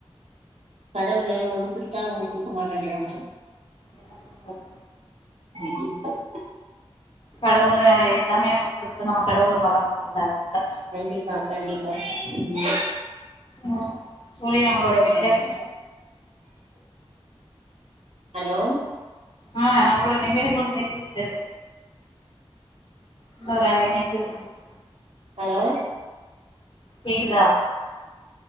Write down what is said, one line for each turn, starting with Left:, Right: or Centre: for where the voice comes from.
Right: கடவுளு ஒண்ணு குடுத்தா ஒன்னு குடுக்க மாட்டேன்றாங்க
Left: என்ன பண்றது
Right: தேங்யூ சார்
Left: கடவுள எல்லாமே நம்ளுக் குடுத்து நம்ம கடவுள மறந்துறுவோல்ல அதனால
Right: கண்டிப்பா கண்டிப்பா ம்
Left: ம் தோழி
Right: என்னா
Left: நம்மளோட நிமிடங்கள்
Right: பன்றது ஹலோ
Left: ஆ நம்ளோட நிமிடங்கள் முடிந்து விட்டது இன்னொரு அ இணையத்தில் சந்திப்போ
Right: ஹலோ
Left: கேக்குதா